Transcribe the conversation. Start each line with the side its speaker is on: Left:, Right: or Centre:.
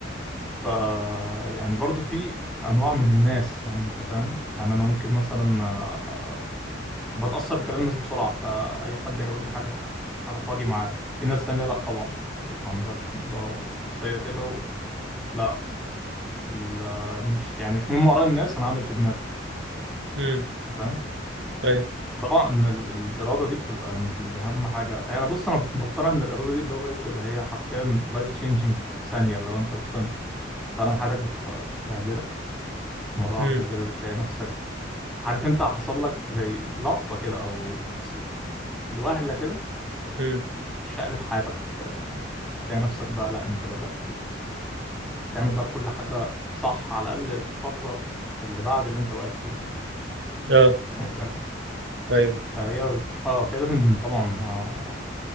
Centre: ف يعني برضو في انواع من الناس يعني انت فاهم يعني انا ممكن مثلا آه، بتاثر بكلام الناس بسرعه فاي حد هيقول لي حاجه ه- هروح واجي معاه في ناس تانية لا طبعا تبقى عندها ش- آه، شخصيه كده و... لا لا مش يعني مش مهم اراء الناس انا هعمل في دماغي
Right: مم.
Centre: انت فاهم
Right: ايوه
Centre: طبعا إن ال- الاراده دي بتبقى يعني دي اهم حاجه انا يعني بص انا بقتنع ان الاراده دي اللي هو ايه بتبقى هي حرفيا لايف تشينجينج في ثانيه لو انت مثلا فعلا حياتك بتبقى بهدله مره
Right: مم.
Centre: واحده كده بتلاقي نفسك عارف انت حصل لك زي لقطه كده او س- وهله كده
Right: مم.
Centre: شقلب حياتك حرفيا يعني تلاقي نفسك بقى لا انت بدات تعمل بقى كل حاجه صح على الاقل الفتره اللي بعد اللي انت وقعت فيها دي
Right: اه
Centre: يعني فاهم
Right: ايوه
Centre: فهي اه فهي لازم طبعا آه،